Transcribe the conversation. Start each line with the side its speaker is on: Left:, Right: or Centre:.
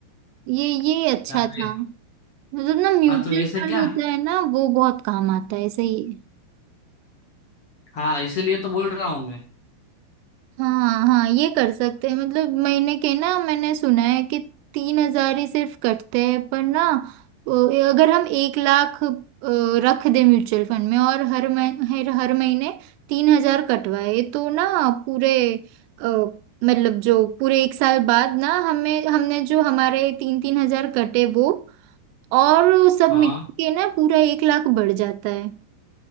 Right: ये ये अच्छा
Left: या तो
Right: था मतलब ना म्यूचुअल
Left: हाँ तो ऐसे
Right: फंड
Left: क्या
Right: होता है ना वो बहुत काम आता है सही है
Left: हाँ इसीलिए तो बोल रहा हूँ मैं
Right: हाँ हाँ ये कर सकते हैं मतलब महीने के ना मैंने सुना है कि तीन हजार ही सिर्फ कटते हैं पर ना अ, अगर हम एक लाख अ, रख दे म्यूचुअल फंड में और हर मह, हर हर महीने तीन हजार कटवाए तो ना पूरे अ, मतलब जो पूरे एक साल बाद ना हमें हमने जो हमारे तीन तीन हजार कटे वो और सब
Left: हाँ
Right: मिलके के ना पूरा एक लाख बढ़ जाता है